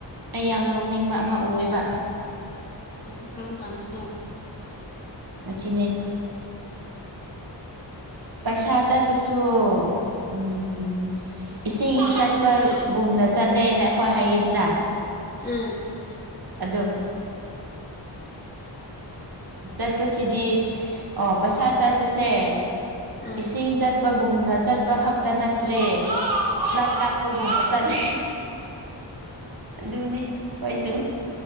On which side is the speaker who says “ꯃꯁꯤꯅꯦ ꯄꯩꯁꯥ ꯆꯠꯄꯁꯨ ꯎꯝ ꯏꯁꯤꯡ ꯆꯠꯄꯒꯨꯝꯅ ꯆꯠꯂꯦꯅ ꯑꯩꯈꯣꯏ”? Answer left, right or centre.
Right